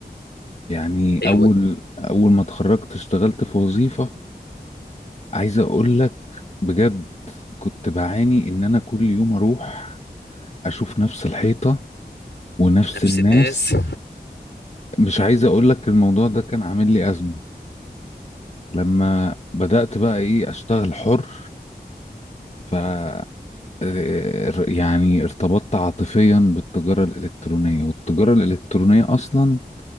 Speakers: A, on the left (about 40°); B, on the left (about 90°).
A: يعني
B: حلو
A: اول
B: ده
A: اول ما اتخرجت اشتغلت في وظيفة عايز اقول لك بجد كنت بعاني ان انا كل يوم اروح اشوف نفس الحيطة ونفس
B: نفس
A: الناس
B: الناس
A: مش عايز اقول لك الموضوع ده كان عامل لي ازمة لما بدأت بقى ايه اشتغل حر ف آه، يعني ارتبطت عاطفيا بالتجارة الإلكترونية والتجارة الإلكترونية أصلا